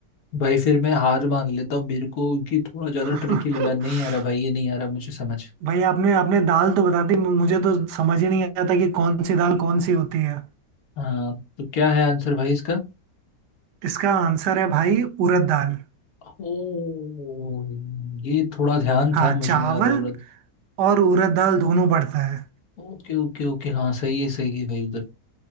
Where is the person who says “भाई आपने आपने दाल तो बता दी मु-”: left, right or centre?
Right